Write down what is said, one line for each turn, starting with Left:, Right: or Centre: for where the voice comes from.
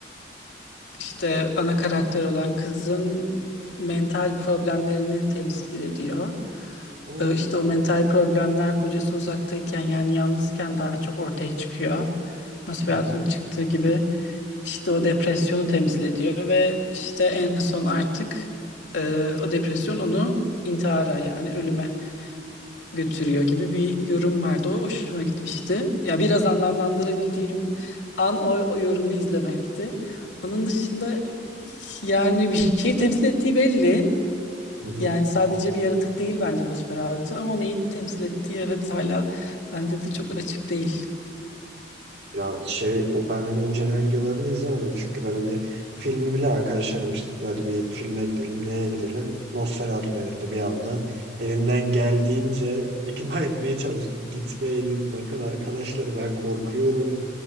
Left: işte ana karakter olan kızın mental problemlerini temsil ediyor.
Right: O-
Left: Ee, işte o mental problemler kocası uzaktayken yani yalnızken daha çok ortaya çıkıyor. Nosferatu'nun
Right: Hı hı.
Left: çıktığı gibi işte o depresyonu temsil ediyor ve işte en son artık e, o depresyon onu intihara yani ölüme götürüyor gibi bir yorum vardı. O hoşuma gitmişti. Ya biraz anlamlandırabildiğim an o, o yorumu izlemekti. Onun dışında e, yani bir şey temsil ettiği belli.
Right: Hı hı.
Left: Yani sadece bir yaratık değil bence Nosferatu ama neyi temsil ettiği evet hala bende de çok açık değil.
Right: Ya şey o ben hani inceleme videolarını izlemedim çünkü ben hani filmi bile arkadaşlarım işte dedi hadi bir filme gidelim neye gidelim Nosferatu denildi bir anda elimden geldiğince ikna <laughs> etmeye çalıştım gitmeyelim bakın arkadaşlar ben korkuyorum